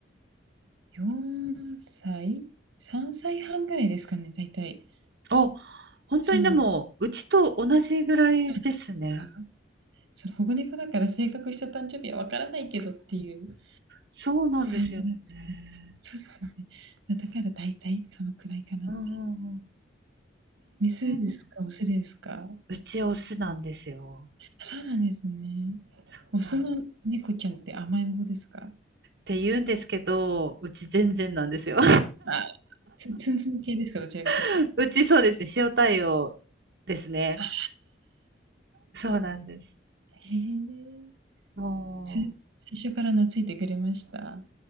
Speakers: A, on the right (about 85°); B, on the right (about 55°).
A: 4歳、3歳半ぐらいですかね、大体。
B: あ、本当にでも、
A: その、ど
B: うちと同じぐらいですね。
A: うなんですか、その保護猫だから正確した誕生日はわからないけどっていう
B: そうなんですよね。
A: 感じだったんですけど、そうですよね。だから大体そのくらいかなって。
B: うんうんうん。
A: メスですか、
B: ええ、
A: オスですか。あ
B: うちオスなんですよ。
A: そうなんですね。
B: そうなんっ
A: オスの猫ちゃんって甘えん坊ですか
B: て言うんですけど、うち全然なんですよ。
A: あ、ツンツンツン系ですか、どちらかというと。
B: <laughs> うちそうですね、塩対応ですね。
A: あ、
B: そうなんです。
A: へえ。
B: も
A: それ最初から懐いてくれました。は